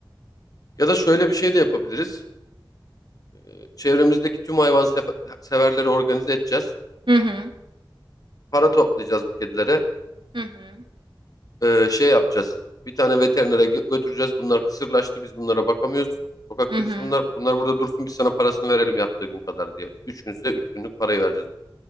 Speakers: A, on the left (about 45°); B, on the right (about 80°).
A: Ya da şöyle bir şey de yapabiliriz. Ee, Çevremizdeki tüm hayvan sefe- severleri organize edeceğiz.
B: Hı hı,
A: Para toplayacağız bu kedilere.
B: hı hı,
A: Ee, şey yapacağız. Bir tane veterinere gö- götüreceğiz. Bunlar kısırlaştı. Biz bunlara bakamıyoruz. Sokak
B: hı
A: kedisi
B: hı.
A: bunlar. Bunlar burada dursun. Biz sana parasını verelim yattığı gün kadar diye. Üç günse üç günlük parayı vereceğiz.